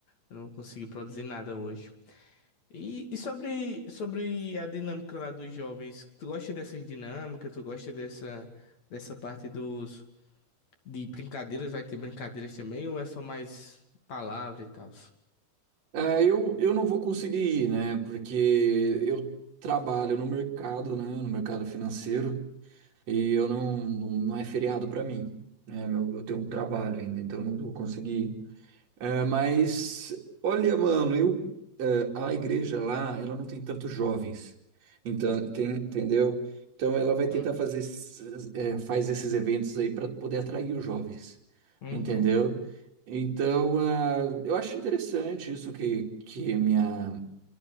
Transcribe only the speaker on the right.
Ah, eu, eu não vou conseguir ir, né? Porque eu trabalho no mercado, né? No mercado financeiro, e eu não, não, não é feriado pra mim, né? meu- Eu tenho um trabalho ainda, então eu não vou conseguir. É, mas, olha, mano, eu, é, a igreja lá, ela não tem tantos jovens, então, tem, entendeu? Então ela vai tentar
fazer, esses- é, faz esses eventos aí para poder atrair os jovens,
entendeu? Então, ah, eu acho interessante isso que, que minha,